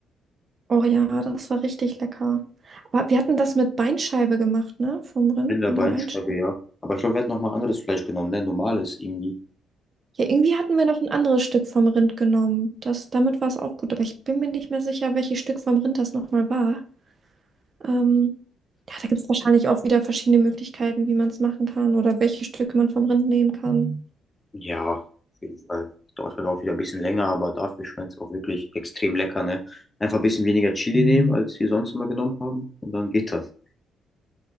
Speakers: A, on the right; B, on the left.
A: Oh ja, das war richtig lecker. Aber wir hatten das mit Beinscheibe gemacht, ne? Vom Rind,
B: Rinderbein,
A: mit der Beinscheibe.
B: ja. Aber ich glaube, wir hatten noch mal anderes Fleisch genommen, ne? Normales irgendwie.
A: Ja, irgendwie hatten wir noch ein anderes Stück vom Rind genommen. Das, damit war es auch gut, aber ich bin mir nicht mehr sicher, welches Stück vom Rind das nochmal war. Ähm, ja, da gibt es wahrscheinlich auch wieder verschiedene Möglichkeiten, wie man es machen kann oder welche Stücke man vom Rind nehmen kann.
B: Ja, auf jeden Fall. Dauert halt auch wieder ein bisschen länger, aber dafür schmeckt es auch wirklich extrem lecker, ne? Einfach ein bisschen weniger Chili nehmen, als wir sonst immer genommen haben. Und dann geht das.